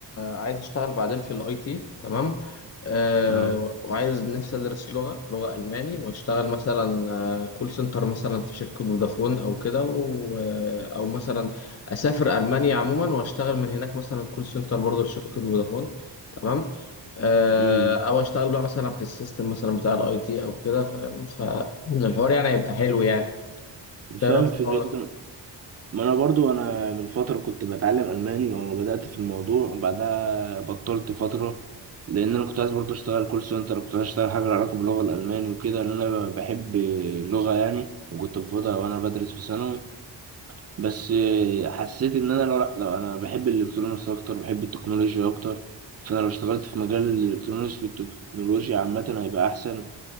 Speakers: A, on the left; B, on the right.
A: عايز اشتغل بعدين في الاي تي تمام أه
B: اه
A: وعايز نفسي ادرس لغه لغه الماني واشتغل مثلا آه، كول سنتر مثلا في شركه فودافون او كده و- آه، او مثلا اسافر المانيا عموما واشتغل من هناك مثلا كول سنتر برضه لشركه فودافون تمام أه
B: امم
A: او اشتغل بقى مثلا في السيستم مثلا بتاع الاي تي او كده فاهم فالحوار يعني هيبقى حلو يعني إنت ايه
B: فاهم
A: رايك
B: الفكرة
A: في الحوار
B: دي
A: ده
B: كان ما انا برضو انا من فترة كنت بتعلم الماني وانا بدأت في الموضوع وبعدها بطلت فترة لان انا كنت عايز برضو اشتغل كول سنتر كنت عايز اشتغل حاجة لها علاقة باللغة الالماني وكده لان انا بحب اللغة يعني وكنت باخدها وانا بدرس في ثانوي بس آه، حسيت ان انا لو, لو انا بحب الالكترونيكس اكتر بحب التكنولوجيا اكتر فانا لو اشتغلت في مجال الالكترونيكس والتكنولوجيا عامه هيبقى احسن